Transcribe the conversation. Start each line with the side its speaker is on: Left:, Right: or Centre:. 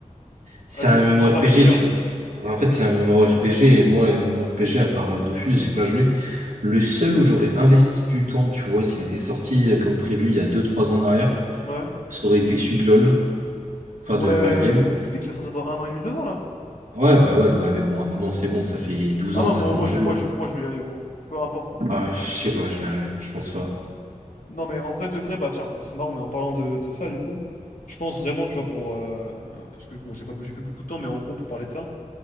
Right: C'est
Left: Vas-y,
Right: un
Left: faut
Right: MMORPG,
Left: trop s'investir.
Right: tu vois. Enfin, En fait, c'est un MMORPG, et moi, les MMORPG, à part euh, Dofus, j'ai pas joué. Le seul où j'aurais investi du temps, tu vois, s'il était sorti euh, comme prévu il y a deux, trois ans en arrière,
Left: Ouais.
Right: ça aurait été celui de LoL, enfin
Left: Ouais,
Right: de Riot Games.
Left: mais tu mais tu sais qu'il va sortir dans un an et demi, deux ans, là?
Right: Ouais, bah ouais, ouais, mais bon, à un moment, c'est bon, ça fait 12
Left: Ah
Right: ans,
Left: non,
Right: on
Left: moi,
Right: attend
Left: moi,
Right: le jeu.
Left: je, moi, je, moi, je vais y aller, gros. Peu importe. hein.
Right: Ah, je sais pas, je verrai, je pense pas.
Left: Non, mais en vrai, de vrai, bah tiens, bah, c'est marrant, mais en parlant de, de ça, du coup, je pense vraiment, tu vois, pour... euh, parce que, bon, j'ai pas, j'ai plus beaucoup de temps, mais en gros, pour parler de ça...